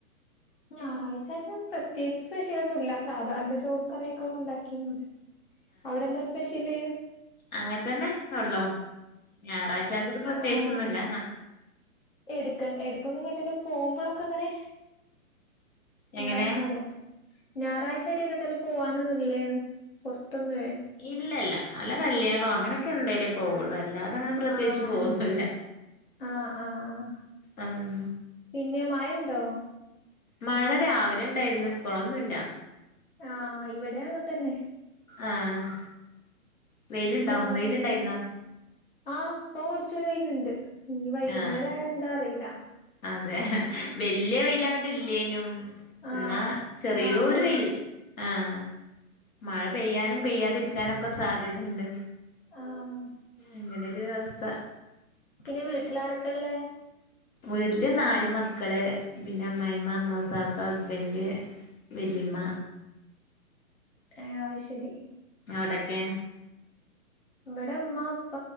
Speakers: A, on the left; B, on the left.
A: ഞായറാഴ്ചത് പ്രത്യകിച്ച് സ്പെഷ്യലൊന്നും ഇല്ല സാധാരണ ചോറും കറിയൊക്കൊ ഉണ്ടാക്കിന്ന് അവിടെന്താ സ്പെഷ്യല്
B: അങ്ങനത്തന്നെ ഉള്ളോ ഞായറാഴ്ച്ച <unintelligible> പ്രത്യേകിച്ചൊന്നുല്ല
A: ആഹ് എടുക്ക എടുക്ക <unintelligible> പോകുമ്പളൊക്കെ അങ്ങനെ ഉണ്ടാക്കാലോ
B: എങ്ങനെ
A: ഞായറാഴ്ച്ച ആയിട്ട് എങ്ങോട്ടേലും പോവാനൊന്നും ഇല്ലേന്ന് പുറത്തൊന്നുവേ
B: ഇല്ലല്ല അല്ല കല്യാണോ അങ്ങനെക്കെ എന്തേലേ പോവുള്ളൂ അല്ലാ അങ്ങനെ പ്രത്യേകിച്ച്
A: ആഹ്
B: പോകുന്നില്ല
A: ആഹ് ആഹ്
B: ഉം
A: പിന്നെ മയണ്ടോ
B: മഴ രാവിലെ ഉണ്ടായിരുന്നു ഇപ്പളൊന്നുല്ല
A: ആഹ് ഇവിടെ അങ്ങനെ തന്നെ
B: ആഹ് വെയിലുണ്ടോ
A: പിന്നെ
B: വെയിലുണ്ടായിരുന്നോ
A: ആ ഇപ്പൊ കുറച്ചൊരു വെയിലുണ്ട് ഇനി വൈകുന്നേരം
B: ആഹ്
A: ആയ എന്താ അറിയില്ല
B: അതെ വല്യ വെയിലവിടെ ഇല്ലേനും
A: ആഹ്
B: എന്നാ ചെറിയോരു
A: ആഹ് അതന്നെ
B: വെയില് ആഹ് മഴ പെയ്യാനും പെയ്യാതിരിക്കാനൊക്കെ സാധ്യത ഇണ്ട്
A: ആഹ്
B: അങ്ങനൊരു അവസ്ഥ
A: പിന്നെ വീട്ടിലാരൊക്കെ ഇള്ളേ
B: വീട്ടില് നാല് മക്കള് പിന്നെ അമ്മയിമ്മ അമ്മൂസാക്ക ഹസ്ബന്റ് വല്ലിമ്മ
A: ആഹ് അയ് ശരി
B: അവ്ടെക്കെ
A: വെട മ്മ പ്പ